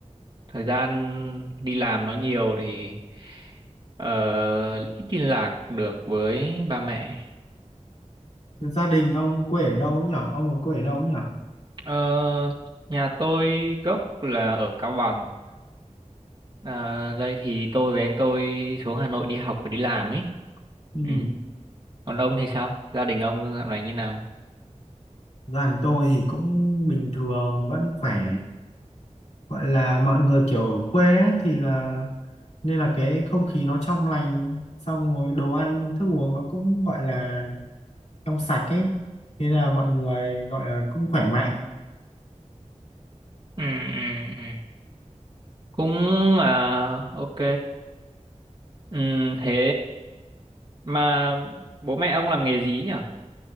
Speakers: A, on the right; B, on the left.
A: Thời gian đi làm nó nhiều thì ờ, ít liên lạc được với ba mẹ.
B: gia đình ông quê ở đâu ấy nhở? Ông ở quê ở đâu ấy nhở?
A: Ờ, nhà tôi gốc là ở Cao Bằng, à, đây thì tôi với anh tôi xuống Hà Nội đi học và đi làm ấy.
B: Ừ.
A: Ừ. còn ông thì sao gia đình ông dạo này như nào
B: Gia đình tôi thì cũng bình thường, vẫn khỏe. Gọi là mọi người kiểu ở quê ấy, thì là nên là cái không khí nó trong lành, xong rồi đồ ăn, thức uống nó cũng gọi là trong sạch ấy. Nên là mọi người gọi là cũng khỏe mạnh.
A: ừ ừ ừ cũng à ok ừ, thế mà bố mẹ ông làm nghề gì nhỉ